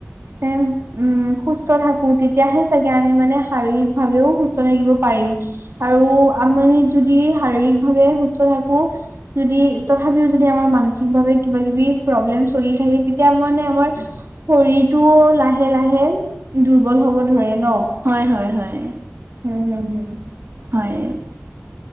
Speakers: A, on the right; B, on the right.
A: এ, উম। উম, সুস্থ থাকোঁ তেতিয়াহে চাগে আমি মানে শাৰীৰিক ভাৱেও সুস্থ থাকিব পাৰিম। আৰু আমি যদি শাৰীৰিক ভাৱে সুস্থ থাকোঁ যদি তথাপিও যদি আমাৰ মানসিকভাৱে কিবা- কিবি প্ৰব্লেম চলি থাকে, তেতিয়া মানে আমাৰ শৰীৰটো লাহে লাহে দুৰ্বল হ'ব ধৰে ন?
B: হয়, হয়, হয়।
A: হম, হম, হম।
B: হয়।